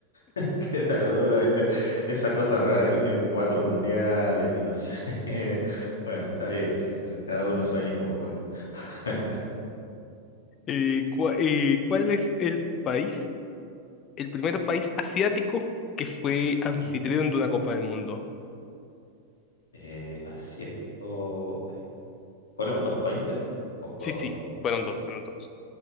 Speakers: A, on the left; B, on the left.
A: <laughs> Queda la duda, ¿viste? Esa cosa rara que tienen cuatro mundiales y no sé. <laughs> Bueno, está bien, qué sé yo, cada uno sueñe como pueda. <laughs>
B: Eh, cua- eh, ¿cuál es el país, el primer país asiático que fue anfitrión
A: Ujú.
B: de una Copa del Mundo?
A: Eh, asiático. eh, ¿Fueron dos países o fue
B: Sí,
A: uno?
B: sí, fueron dos, fueron dos.